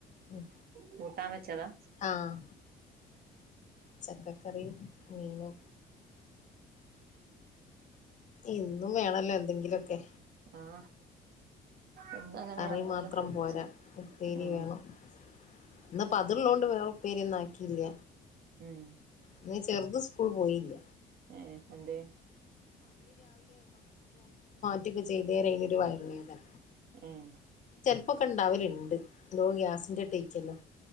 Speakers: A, on the left; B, on the right.
A: ഉം
B: കൂട്ടാൻ വെച്ചതാ
A: ആഹ് ചക്കക്കറിയും മീനും എന്നും വേണല്ലോ എന്തെങ്കിലൊക്കെ
B: ആഹ് എന്നും അങ്ങനെ
A: കറി
B: എന്തെങ്കിലൊക്കെ
A: മാത്രം
B: ഒപ്പിച്ച്
A: പോരാ ഉപ്പേരി
B: ഉം
A: വേണം ഇന്ന് ഇപ്പ അതുള്ളോണ്ട് വേറെ ഉപ്പേരി ഒന്നും ആക്കിയില്ല
B: ഉം
A: ഇന്ന് ചെറുത് സ്കൂൾ പോയില്ല
B: ഏഹ് എന്തെ
A: പ്പോ ചെയ്തേരം അയ്നൊരു വയറുവ വേദന
B: ഏഹ്
A: ഇപ്പൊ ഒക്കെ ഇണ്ടാവലുണ്ട് എന്തോ ഗ്യാസിന്റെ റ്റായിച്ചല്ലോ